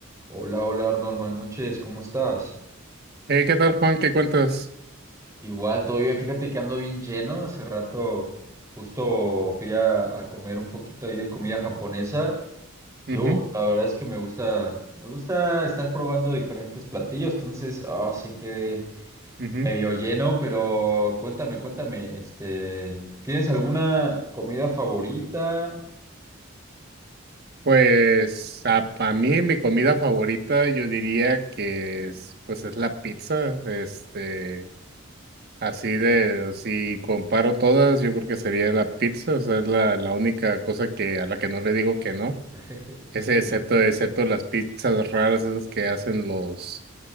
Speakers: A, on the right; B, on the right.
A: Hola, hola Arnold, buenas noches, ¿cómo estás?
B: Eh, ¿qué tal, Juan? ¿Qué cuentas?
A: Igual, todo bien, fíjate que ando bien lleno, hace rato justo fui a, a comer un poquito ahí de comida japonesa y
B: Ujú,
A: uf, la verdad es que me gusta, me gusta estar probando diferentes platillos, entonces así quedé
B: ujú.
A: medio lleno, pero cuéntame, cuéntame, este, ¿tienes alguna comida favorita?
B: Pues a, a mí mi comida favorita yo diría que es, pues es la pizza. Este, así de, si comparo todas, yo creo que sería la pizza. O sea, es la, la única cosa que a la que no le digo que no.
A: <laughs>
B: Ese
A: Ok,
B: excepto,
A: <laughs>
B: excepto las pizzas raras esas que hacen los,